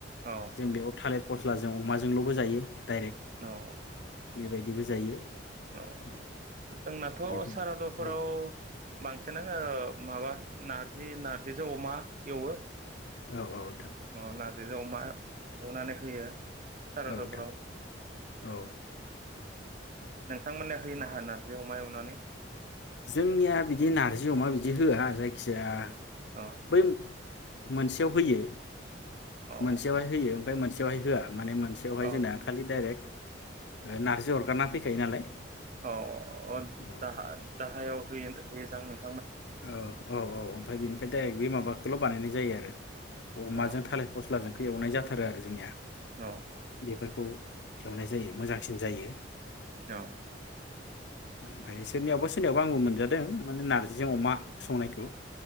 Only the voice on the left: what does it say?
जों बेयाव थालेर फस्लाजों अमाजोंल'बो जायो डाइरेक्ट
बेबायदिबो जायो
उम
बेफोर
औ
औ औ
औ नोंथां औ
जोंनिया बिदि नारजि अमा बिदि होआ जाय खिया
बै मोनसेयाव होयो
मोनसेयाव हाय होयो ओमफाय मोनसेयावहाय होआ माने मोनसेयावहाय
जोंना खालि डाइरेक्ट ओ नारजि अरगारना फैखायो नालाय
औ
औ औ औ ओमफाय बेनिफ्राय डाइरेक्ट बे माबाखौल' बानायनाय जायो आरो अमाजों
थालिर फस्लाजों एवनाय जाथारो आरो जोंनिया
बेफोरखौ एवनाय जायो मोजांसिन जायो
ओमफ्राय सोरनियावबा सोरनियावबा आंबो मोनजादों माने नारजि जों अमा संनायखौ